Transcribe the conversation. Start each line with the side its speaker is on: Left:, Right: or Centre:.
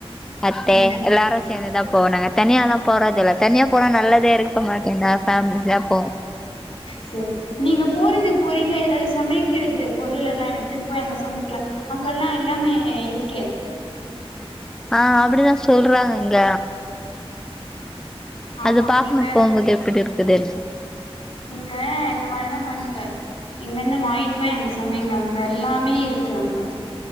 Centre: அத்தே
Left: ம்
Centre: எல்லாரு சேந்துதா போனாங் தனியால்லா போறதுல்ல தனியா போனா நல்லதேயிருக்க மாட்டேதா ஞ்சா போவோ
Left: செரி நீங்க போறது போறீங்களா எதாது சமைக்கிறது பொருள் எல்லா எடுத்துன் போய் அங்க சமைக்லா அங்கல்லா எல்லாமே இர்க்கே
Centre: ஆ அப்டிதா சொல்றாங்க இங்க
Left: ஆமா
Centre: அது பாக்கணு
Left: நீங்க
Centre: போம்போது எப்டி இருக்குதுன்னு
Left: நீங்க இந்த மாரிதா பண்ணுங்க இங்கந்து வாங்கின் போய் அங்க சமைங்க அங்க எல்லாமேயிருக்கு அங்க